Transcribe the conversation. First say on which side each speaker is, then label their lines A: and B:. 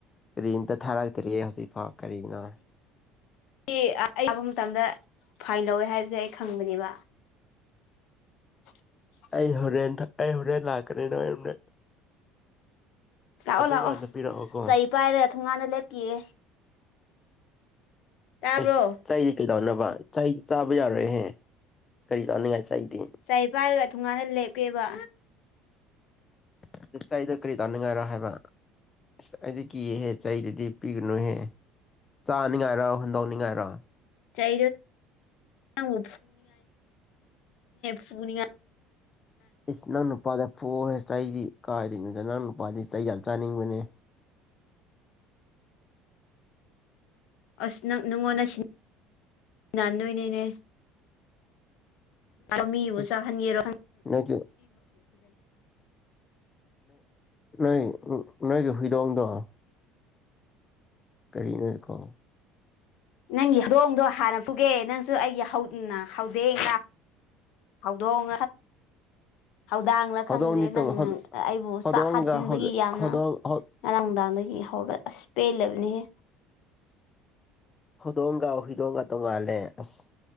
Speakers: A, on the left (about 30°); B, on the left (about 70°).
A: ꯀꯔꯤꯝꯇ ꯊꯥꯔꯛꯇ꯭ꯔꯤ ꯍꯧꯖꯤꯛꯐꯥꯎ ꯀꯔꯤꯅꯣ
B: ꯁꯤ ꯑꯩ ꯂꯥꯛꯄ ꯃꯇꯝꯗ ꯐꯥꯏꯟ ꯂꯧꯋꯦ ꯍꯥꯏꯕꯁꯦ ꯑꯩ ꯈꯪꯕꯅꯦꯕ <inaudible>
A: ꯑꯩ ꯍꯣꯔꯦꯟ ꯑꯩ ꯍꯣꯔꯦꯟ ꯂꯥꯛꯀꯅꯤꯅ ꯅꯣꯏ ꯌꯨꯝꯗ
B: ꯂꯥꯛꯑꯣ
A: ꯑꯗꯨꯀꯥꯟꯗ
B: ꯂꯥꯛꯑꯣ
A: ꯄꯤꯔꯛꯑꯣꯀꯣ
B: ꯆꯩ ꯄꯥꯏꯔꯒ ꯊꯣꯡꯒꯥꯟꯗ ꯂꯦꯞꯀꯤꯌꯦ ꯇꯥꯕ꯭ꯔꯣ
A: ꯑꯩ ꯁꯗꯤ ꯀꯩ ꯇꯧꯅꯕ ꯏꯗꯤ ꯆꯥꯕ ꯌꯥꯔꯣꯏꯍꯦ ꯀꯔꯤ ꯆꯥꯅꯤꯡꯉꯥꯏ ꯁꯗꯤ
B: ꯆ ꯄꯥꯏꯔꯒ ꯊꯣꯡꯉꯥꯟꯅ ꯂꯦꯞꯀꯦꯕ
A: ꯑꯗꯨꯇꯗ ꯀꯔꯤ ꯇꯥꯅꯤꯡꯉꯥꯏꯔꯣ ꯍꯥꯏꯕ ꯑꯁ ꯑꯩꯗꯤ ꯀꯤꯌꯦꯦꯍꯦ ꯆꯍꯤꯗꯨꯗꯤ ꯄꯤꯒꯅꯨꯍꯦ ꯆꯥꯅꯤꯉꯥꯏꯔꯣ ꯍꯟꯗꯣꯛꯅꯤꯡꯉꯥꯏꯔꯣ
B: ꯆ ꯐ ꯐ
A: ꯏꯁ ꯅꯪ ꯅꯨꯄꯥꯗ ꯐꯨꯦ ꯆꯩꯗꯤ ꯀꯥꯏꯗꯣꯏꯉꯣꯗ ꯅꯪ ꯅꯨꯄꯥꯗꯤ ꯆꯩ ꯌꯥꯝ ꯆꯥꯅꯤꯡꯕꯅꯦ
B: ꯑꯁ ꯅꯪ ꯅꯪꯉꯣꯟꯗ ꯁꯤꯟꯅꯟꯗꯣꯏꯅꯦꯅꯦ ꯃꯤꯕꯨ
A: ꯏꯁ
B: ꯆꯥꯍꯟꯒꯤꯔꯣ
A: ꯅꯣꯏꯒꯤ ꯅꯣꯏ ꯅꯣꯏꯒꯤ ꯍꯧꯗꯣꯡ ꯗꯑꯣ ꯀꯔꯤꯅꯣꯀꯣ
B: ꯅꯪꯒꯤ ꯍꯧꯗꯣꯡꯗꯣ ꯍꯥꯟꯅ ꯄꯨꯒꯦ ꯅꯪꯁꯨ ꯑꯩꯒꯤ ꯍꯧꯗꯦꯡ ꯍꯧꯗꯣꯡ ꯍꯧꯗꯥꯡꯅꯥ
A: ꯍꯧꯗꯣꯡꯗꯤ
B: ꯈꯪꯗꯦ ꯅꯪ
A: ꯇꯣꯡ ꯍꯧ
B: ꯑꯩꯕꯨ
A: ꯍꯧꯗꯣꯡꯒ
B: ꯆꯥꯛꯍꯟꯕꯒꯤ
A: ꯍꯧ
B: ꯌꯥꯝꯅ
A: ꯍꯧꯗꯣꯡ ꯍꯧ
B: ꯉꯔꯥꯡ ꯅꯨꯡꯗꯥꯡꯗꯒꯤ ꯍꯧꯔ ꯑꯁ ꯄꯦꯜꯂꯕꯅꯤꯍꯦ
A: ꯍꯧꯗꯣꯡꯒ ꯍꯨꯏꯗꯣꯡꯒ ꯇꯣꯡꯉꯥꯜꯂꯦ ꯑꯁ